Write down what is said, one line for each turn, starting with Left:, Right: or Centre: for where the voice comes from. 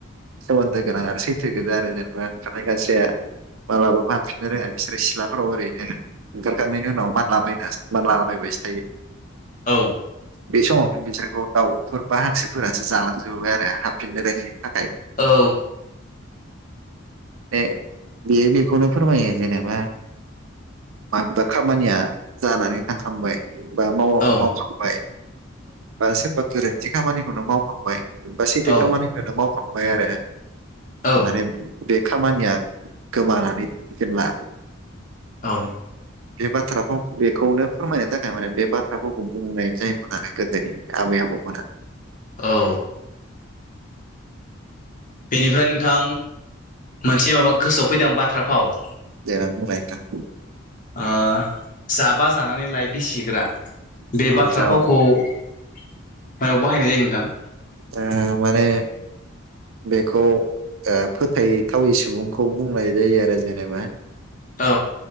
Right: सोमोन्दो गोनां आरो सैथो गोजा आरो जेनेबा ओंखारनाय खानस्रिया माब्लाबाबो हाबफिननो रोङा बिसोर सिलाफोराव ओरैनो ओंखारखांनायनि उनाव मानलाबायना- मानला -मानलालाबायसो
Left: औ।
Right: बे समावनो बिसोरखौ दाउफोर बा हांसोफोरासो जालांजोबोबाय आरो हाबफिननो रोङि थाखाय
Left: औ
Right: ए बेयो बेखौनो फोरमायो जेनेबा माबेबा खामानिया जानानै थांखांबाय बा माव
Left: औ
Right: मावखांबाय बा सोरबा गोरोन्थि खामानिखौनो मावखांबाय बा सैथो
Left: औ
Right: खामानिखौनो मावखांबाय आरो
Left: औ
Right: माने बे खामानिया गोमानानै फेनला
Left: औ।
Right: बे बाथ्राफाव बेखौनो फोरमायनो थाखाय माने बे बाथ्रा फावखौ बुंनाय जायोमोन आरो गोदोनि आबै आबौ मोना
Left: औ। बेनिफ्राय नोंथां मोनसे माबा गोसोआव फैदों बाथ्रा फाव।
Right: जे नों बुंलाय नोंथां
Left: आं जाबा जानानै लइ बिसिग्रा
Right: नोंथां
Left: बे बाथ्रा
Right: जा
Left: फावखौ मायाव बाहायनाय जायो नोंथां
Right: ओ माने बेखौ ओ फोथायथावै सुबुंखौ बुंनाय जायो आरो जेनेबा
Left: औ